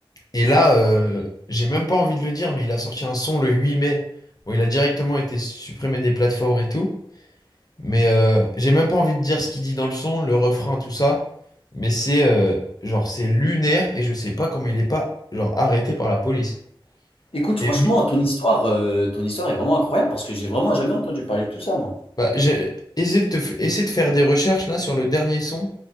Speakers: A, on the left (about 45°); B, on the left (about 90°).
A: et là, euh,
B: Pour être-
A: j'ai même pas envie de le dire, mais il a sorti un son le 8 mai. Bon, il a directement été supprimé des plateformes et tout. Mais euh, j'ai même pas envie de dire ce qu'il dit dans le son, le refrain, tout ça. Mais c'est euh, genre c'est lunaire et je sais pas comment il est pas genre arrêté par la police.
B: Écoute, franchement,
A: Et mi-
B: ton histoire, euh, ton histoire est vraiment incroyable parce que j'ai vraiment jamais entendu parler de tout ça, moi.
A: bah, j'ai essayé de te f- essaie de faire des recherches là sur le dernier son